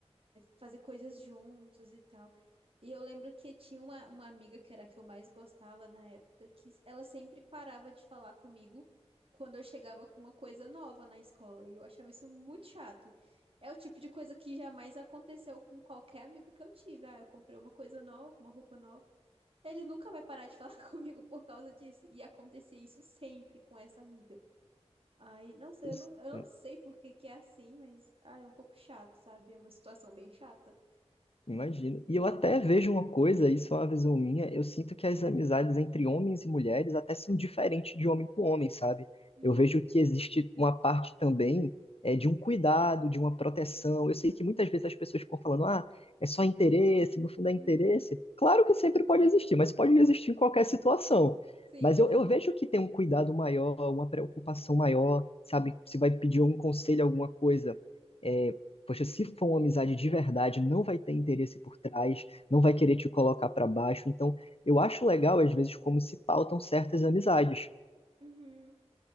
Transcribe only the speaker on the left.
<laughs>
Imagino. E eu até vejo uma coisa, isso é uma visão minha, eu sinto que as amizades entre homens e mulheres até são diferentes de homem com homem, sabe?
Eu vejo que existe uma parte também é, de um cuidado, de uma proteção. Eu sei que muitas vezes as pessoas ficam falando, ah, é só interesse, no fundo é
interesse. Claro que sempre pode existir, mas pode existir em qualquer situação.
Mas eu, eu vejo que tem um cuidado maior, uma preocupação maior, sabe? Se vai pedir algum conselho, alguma coisa é, Poxa, se for uma amizade de verdade, não vai ter interesse por trás, não vai querer te colocar pra baixo. Então, eu acho legal, às vezes, como se pautam certas amizades.